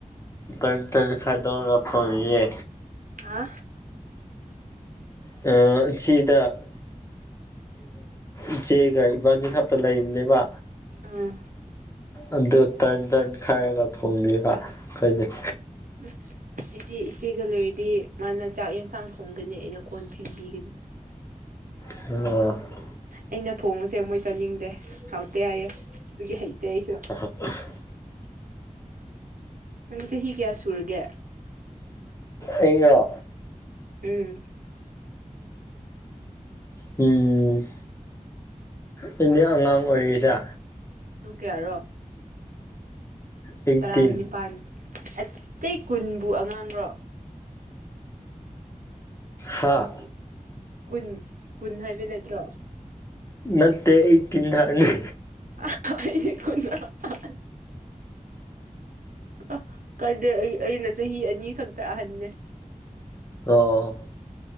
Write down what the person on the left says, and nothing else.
ꯇꯔꯤꯠ ꯇꯔꯤꯠ ꯈꯥꯏꯗꯧꯅꯒ ꯊ‌ꯣꯡꯉꯤꯌꯦ
ꯑ ꯁꯤꯗ ꯏꯆꯦꯒ ꯏꯕꯥꯅꯤ ꯈꯛꯇ ꯂꯩꯕꯅꯦꯕ
ꯑꯗ ꯇꯔꯟ ꯇꯔꯟ ꯈꯒ ꯊꯣꯡꯉ‌ꯦꯕ
ꯀꯩ <unintelligible>
<unintelligible>
ꯑ <unintelligible>
ꯑꯩꯔꯣ
ꯎꯝ ꯅꯦꯗꯤ ꯑꯉꯥꯡ ꯑꯣꯏꯔꯤꯗ
ꯑꯩꯠꯇꯤꯟ
ꯍꯥꯥ
ꯅꯠꯇꯦ ꯑꯩ ꯀꯤꯟ ꯍꯥꯏꯕꯅꯤ
ꯑꯣ